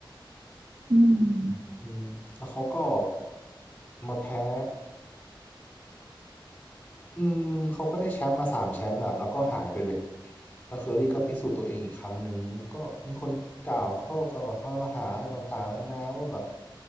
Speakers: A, on the right; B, on the left.
A: อืม
B: อืมแล้วเขาก็มาแพ้ อืมเขาก็ได้แชมป์มาสามแชมป์แหละแล้วก็หายไปเลยแล้วเคอรี่ก็พิสูจน์ตัวเองอีกครั้งหนึ่งก็มีคนกล่าวข้อกล่าวข้อหาต่างๆนานาว่าแบบ